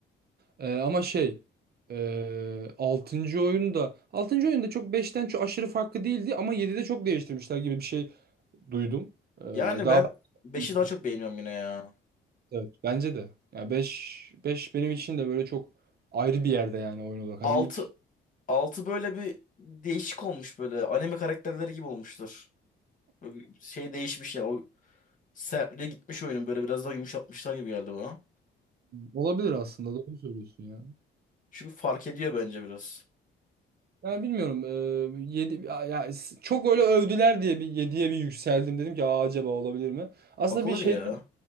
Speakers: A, on the right; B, on the left.
A: Ee, ama şey e, 6. oyunda 6. oyunda çok beşten çok aşırı farklı değildi ama 7'de çok değiştirmişler gibi bir şey duydum. Ee,
B: Yani
A: daha
B: ben
A: ben-
B: beşi daha çok beğeniyorum yine ya.
A: evet, bence de. Yani 5 5 benim için de böyle çok ayrı bir yerde yani oyun olarak.
B: 6
A: Hani ilk
B: Altı böyle bir değişik olmuş böyle. Anime karakterleri gibi olmuştur. Böyle bir şey değişmiş ya. O sertliğe gitmiş oyunun böyle biraz daha yumuşatmışlar gibi geldi bana.
A: olabilir aslında doğru söylüyorsun ya.
B: Çünkü fark ediyor bence biraz.
A: Yani bilmiyorum e, 7 ya, ya s- çok öyle övdüler diye bir yediye bir yükseldim dedim ki Aa, acaba olabilir mi? Aslında
B: Bakılır
A: bir şeyden
B: ya.